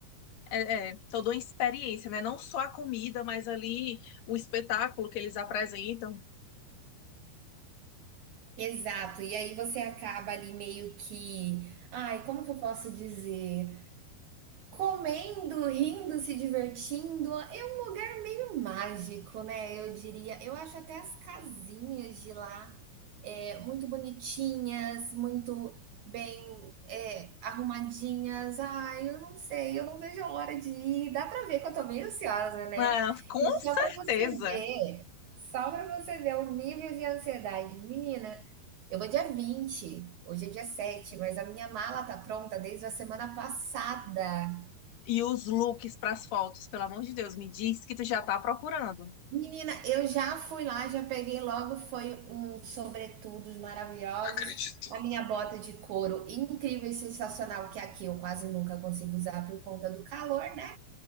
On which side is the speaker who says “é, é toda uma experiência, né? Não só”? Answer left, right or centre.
Left